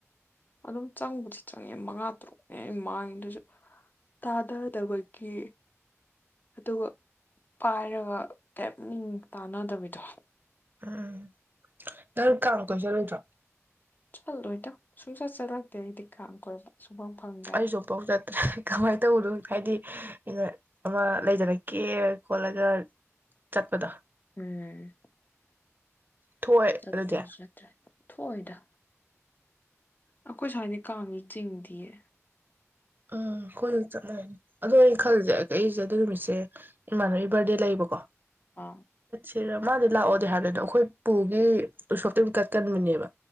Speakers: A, on the left (about 35°); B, on the right (about 40°).
A: ꯑꯗꯨꯝ ꯆꯪꯕꯨꯗꯤ ꯆꯪꯉꯦ ꯃꯉꯥ ꯇꯔꯨꯛꯅꯦ ꯑꯩ ꯃꯥꯡꯉꯤ ꯑꯗꯨꯁꯨ ꯇꯥꯗꯗꯕꯒꯤ ꯑꯗꯨꯒ ꯄꯥꯏꯔꯒ ꯀꯩꯝ ꯃꯤ ꯇꯥꯟꯅꯗꯕꯤꯗꯣ
B: ꯎꯝ ꯗꯔ ꯀꯥꯝ ꯀ‌ꯣꯏ ꯆꯠꯂ‌ꯣꯏꯗꯔ‌ꯣ
A: ꯆꯠꯂꯣꯏꯗ ꯁꯨꯡꯆꯠ ꯆꯠꯂꯥꯛꯇꯦ ꯑꯩꯗꯤ ꯀꯥꯡ ꯀꯣꯏꯕ ꯁꯨꯡꯐꯪ ꯐꯪꯗꯦꯕ
B: ꯑꯩꯁꯨ ꯑꯃꯨꯛꯐꯥꯎ ꯆꯠꯇ꯭ꯔꯦ ꯀꯃꯥꯏꯅ ꯇꯧꯕꯅꯣ ꯍꯥꯏꯗꯤ ꯑꯩꯅ ꯑꯃ ꯂꯩꯗꯅ ꯀ‌ꯦꯔ ꯈꯣꯠꯂꯒ ꯆꯠꯄꯗꯣ
A: ꯎꯝ
B: ꯊꯣꯛꯑꯦ
A: ꯆꯠꯇꯔ
B: ꯑꯗꯨꯗꯤ
A: ꯆꯠꯇ꯭ꯔ‌ꯦ ꯊꯣꯛꯑꯣꯏꯗ ꯑꯩꯈꯣꯏ ꯁ꯭ꯋꯥꯏꯗ ꯀꯥꯡꯒꯤ ꯆꯤꯡꯗꯤꯌꯦ
B: ꯎꯝ ꯈ‌ꯣꯏꯒ ꯆꯞ ꯃꯥꯟꯅꯩ ꯑꯗꯣ ꯑꯩꯅ ꯈꯜꯂꯁꯦ ꯑꯩꯁꯦ ꯑꯗꯨ ꯅꯨꯃꯤꯠꯁꯦ ꯏꯃꯥꯟꯅꯕꯤ ꯕꯥꯔꯗꯦ ꯂꯩꯕꯀꯣ
A: ꯑ
B: ꯁꯤꯔ ꯃꯥꯗꯤ ꯂꯥꯛꯑꯣꯗꯤ ꯍꯥꯟꯅꯗꯣ ꯑꯩꯈꯣꯏ ꯄꯨꯒꯤ ꯎꯁꯣꯞꯀꯤ ꯀꯠꯀꯟꯕꯅꯦꯕ